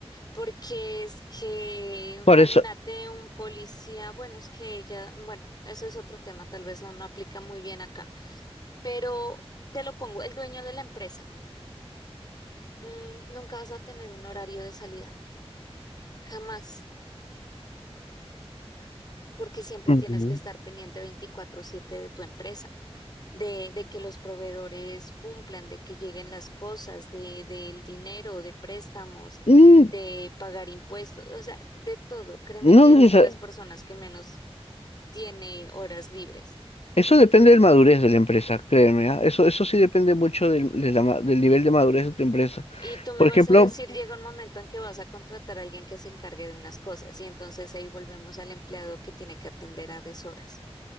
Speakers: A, on the left; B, on the left.
A: Porque es que,
B: Por
A: imagínate
B: eso,
A: un policía, bueno, es que ella bueno, ese es otro tema, tal vez no, no aplica muy bien acá, pero te lo pongo, el dueño de la empresa, mm, nunca vas a tener un horario de salida, jamás, porque siempre
B: Ujú.
A: tienes que estar pendiente veinticuatro siete de tu empresa, de, de que los proveedores cumplan, de que lleguen las cosas, de, del dinero, de préstamos,
B: Mm,
A: de pagar impuestos, o sea, de todo. Créeme
B: No
A: que
B: necesar-
A: eres de las personas que menos tiene horas libres.
B: Eso depende de la madurez de la empresa, créeme, ¿ah? Eso, eso sí depende mucho del, de la ma- del nivel de madurez de tu empresa.
A: Y tú me
B: Por
A: vas
B: ejemplo,
A: a decir, llega un momento en que vas a contratar a alguien que se encargue de unas cosas y entonces ahí volvemos al empleado que tiene que atender a deshoras.